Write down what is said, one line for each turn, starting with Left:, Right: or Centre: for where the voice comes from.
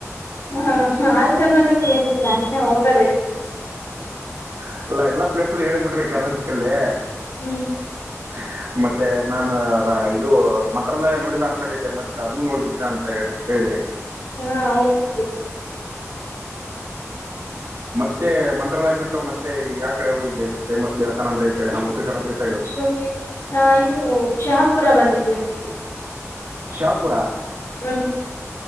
Left: ಹ ಹಾಲ್ ಕರ್ನಾಟಕ ಏನಿಲ್ಲ ಇನ್ನ ಹೋಗದೈತೆ.
Right: <unintelligible> ಎಲ್ಲಾ ಪ್ಲೇಸ್ ಹೇಳ್ಬಿಟ್ರಿ ಕರ್ನಾಟಕಲ್ಲೇ.
Left: ಹ್ಮ್
Right: ಹ ಮತ್ತೆ ನಾನ <unintelligible> ಇದು ಮಂತ್ರಾಲಯ ನೋಡಿಲ್ಲ ಅನ್ಕೊಂಡಿದ್ದೆ ಮತ್ ಅದನ್ನು ನೋಡ್ಬಿಟ್ಟಿ <unintelligible> ಅಂತ ಹೇಳಿದ್ರಿ.
Left: ಹಾ ಹೋಗಿದ್ವಿ.
Right: ಮತ್ತೆ ಮಂತ್ರಾಲಯ ಬಿಟ್ಟು ಮತ್ತೆ ಯಾವ ಕಡೆ ಹೋಗಿದ್ರಿ ಫೇಮಸ್ ದೇವಸ್ಥಾನ ಅಂದ್ರೆ ಈ ಕಡೆ ನಮ್ಮ ಉತ್ತರ್ ಕರ್ನಾಟಕ ಸೈಡ್
Left: ಹಂಗೆ ಹಾ ಇದು ಶಹಾಪುರ ಬಂದಿದ್ದೆ. <unintelligible>
Right: ಶಾಪುರ. <unintelligible>
Left: <unintelligible>